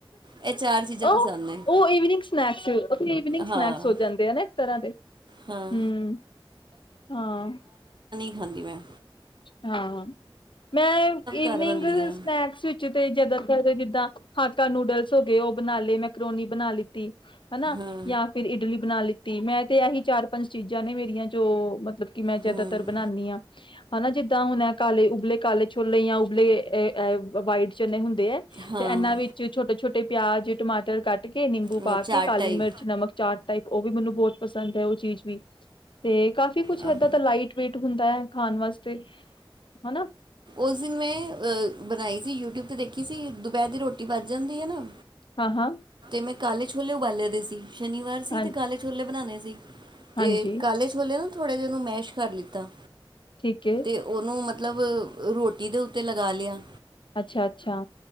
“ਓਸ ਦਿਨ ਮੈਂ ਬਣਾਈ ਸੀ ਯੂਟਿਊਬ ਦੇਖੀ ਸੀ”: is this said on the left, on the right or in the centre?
Right